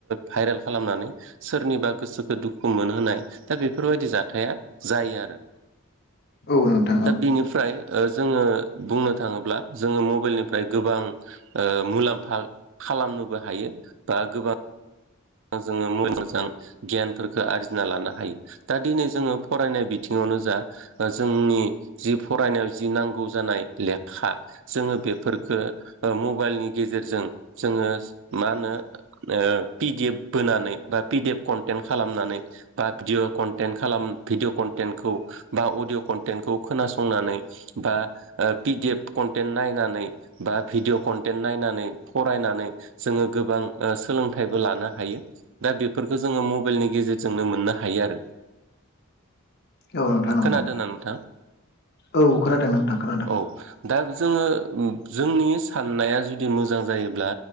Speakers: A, on the right; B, on the left.
A: भाइरेल खालामनानै सोरनिबा गोसोखौ दुखु मोनहोनाय दा बेफोरबायदि जाथाया जायो आरो
B: औ नोंथां
A: दा
B: औ
A: बेनिफ्राय ओ जोङो बुंनो थाङोब्ला जोङो मबेलनिफ्राय गोबां ओ मुलाम्फा खालामनोबो हायो बा गोबां। जोङो मोजां गियानफोरखौ आरजिना लानो हायो दा दिनै जोङो फरायनाय बिथिङावनो जा जोंनि जि फरायनायाव जि नांगौ जानाय लेखा जोङो बेफोर ओ ओ मबाइलनि गेजेरजों जोङो मा होनो ओ पिडिएफ बोनानै बा पिडि एफ कन्टेन्ट खालामनानै बा भिडि कन्टेन्ट खालाम भिडिअ' कन्टेन्टखौ बा अडिय' कन्टेनखौ खोनासंनानै बा ओ पिडि एफ कन्टेन नायनानै बा भिडिअ' कन्टेन्ट नायनानै फरायनानै जोङो गोबां सोलोंथाइबो लानो हायो। दा बेफोरखौ जोङो मबाइलनि गेजेरजोंनो मोननो हायो आरो।
B: औ नोंथां नंगौ
A: खोनादोंना नोंथां?
B: औ खोनादों नोंथां खोनादों
A: औ दा जोङो। जोंनि साननाया जुदि मोजां जायोब्ला